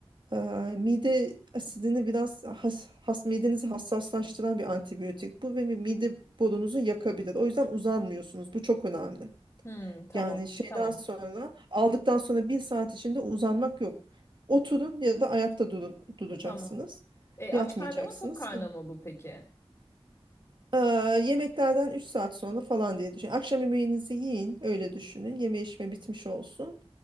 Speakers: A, on the right; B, on the left.
A: Eee, mide asidini biraz has, has midenizi hassaslaştıran bir antibiyotik bu ve bir mide borunuzu yakabilir. O yüzden uzanmıyorsunuz. Bu çok önemli.
B: Hmm, tamam.
A: Yani şeyden
B: Tamam.
A: sonra aldıktan sonra bir saat içinde uzanmak yok. Oturun ya da ayakta duru- duracaksınız.
B: Tamam. E,
A: Yatmayacaksınız.
B: aç karnı mı tok karnı mı bu peki?
A: Ee, yemeklerden 3 saat sonra falan diye düşün. Akşam yemeğinizi yiyin, öyle düşünün. Yeme içme bitmiş olsun.